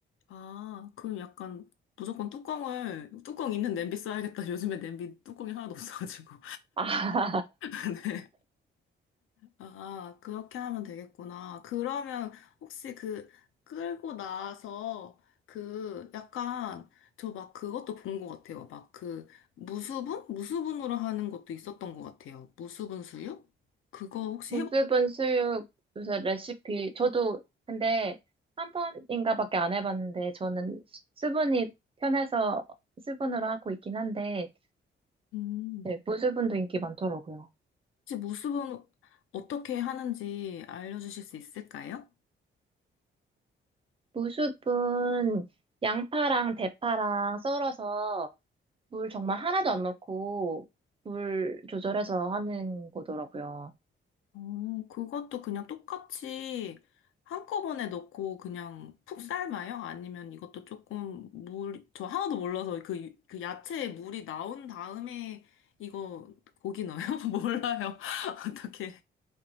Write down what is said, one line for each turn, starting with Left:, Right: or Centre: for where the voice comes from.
Left: 아, 그럼 약간 무조건 뚜껑을, 뚜껑 있는 냄비 써야겠다. <laughs> 요즘에 냄비 뚜껑이 하나도 없어가지고.
Right: 아,
Left: <laughs> 네. 아, 그렇게 하면 되겠구나. 그러면 혹시 그 끌고 나서 그 약간 저 막 그것도 본 것 같아요. 막 그 무수분? 무수분으로 하는 것도 있었던 것 같아요. 무수분 수육? 그거 혹시
Right: 무수분
Left: 해보셨나요?
Right: 수육 요새 레시피 저도 근데 한 번인가밖에 안 해봤는데 저는 수- 수분이 편해서 수분으로 하고 있긴 한데
Left: 음.
Right: 네, 무수분도 인기 많더라고요.
Left: 혹시 무수분 어떻게 하는지 알려주실 수 있을까요?
Right: 무수분 양파랑 대파랑 썰어서 물 정말 하나도 안 넣고 물 조절해서 하는 거더라고요.
Left: 오, 그것도 그냥 똑같이 한꺼번에 넣고 그냥 푹 삶아요? 아니면 이것도 조금 물, 저 하나도 몰라서 그, 그 야채에 물이 나온 다음에 이거 고기 넣어요? <laughs> 몰라요. <laughs> 어떻게.